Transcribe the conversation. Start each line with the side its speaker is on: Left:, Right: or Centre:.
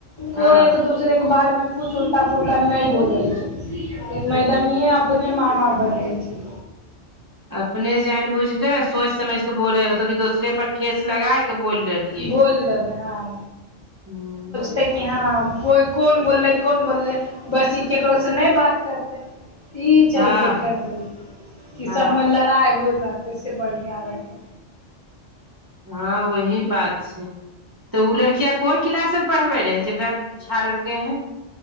Right: हँ
Left: कोय एक-दूसरे के बारे मे कुछ उल्टा-पुल्टा नै बोलै छै, ई मैडमिये अपने मामा बनै छै।
Right: अपने जानबुझ के सोच समझ के बोलै होतो की दोसरे पर ठेस लगा के बोल रहलियै।
Left: बोल लबै हां।
Right: हां।
Left: <unintelligible> कोइ कोन बोललै, कोन बोललेै बस ई केकरो से नै बात करते। ई चलते
Right: हँ
Left: करतै कि
Right: हँ
Left: सभमे लड़ाइ हो रहतै से बढ़िया रहतै।
Right: हाँ वही बात छै। तऽ ओ लड़किया कोन क्लास में पढ़बे रहै, जेकरा झाड़लकै हन।